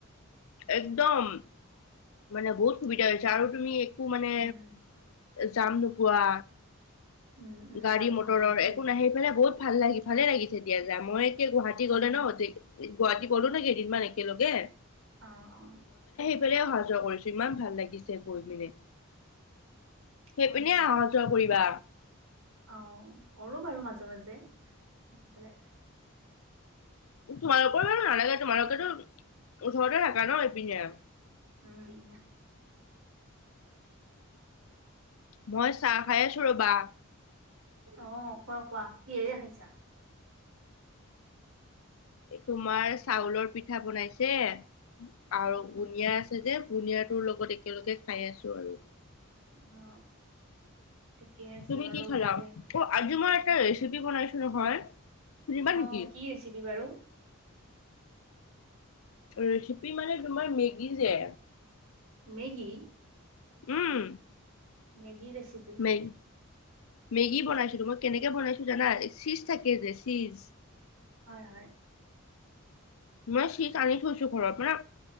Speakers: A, on the left (about 70°); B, on the right (about 75°).
A: একদম মানে বহুত সুবিধা হৈছে আৰু তুমি। মানে
B: উম,
A: জাম নোপোৱা।
B: উম, উম,
A: গাড়ী
B: যাম
A: মটৰৰ
B: নহয় গোটেইখিনিত
A: একো নাই সেই পিনে বহুত ভাল লাগি ভালে লাগিছে দিয়া মই এতিয়া গুৱাহাটী
B: অ'।
A: গ'লে ন, গুৱাহাটী গলো ন কেইদিনমান একেলগে
B: অ অ।
A: ফালে অহা যোৱা কৰিছো ইমান ভাল লাগিছে গৈ পিনে সেইপিনে
B: হয় হয়
A: অহা যোৱা কৰিবা।
B: অ, কৰো বাৰু মাজে মাজে সেইফালে।
A: তোমাৰটো নালাগে তোমালোকেতো। ওচৰতে থকা ন এইপিনে।
B: উম, উম।
A: মই চাহ খাই আছো ৰবা।
B: আহ খোৱা খোৱা কিহেৰে খাইছা?
A: তোমাৰ চাউলৰ পিঠা বনাইছে। আৰু
B: অ'
A: বুনিয়া আছে যে বুন্দিয়াটোৰ লগত একেলগে খাই আছো আৰু।
B: অ ঠিকে আছে
A: তুমি
B: বাৰু
A: কি খালা
B: ভালে
A: অ আজি মই এটা ৰেচিপি বনাইচো নহয়। শুনিবা
B: অ
A: নেকি
B: কি ৰেচিপি বাৰু?
A: ৰেচিপি মানে তোমাৰ মেগী যে
B: মেগি
A: উম
B: মেগি ৰেচিপি
A: মেগ মেগী বনাইছিলো মই কেনেকে বনাইছো জানা চীজ থাকে যে চীজ
B: হয় হয়।
A: মই চিচ আনি থৈছো ঘৰৰ পৰা।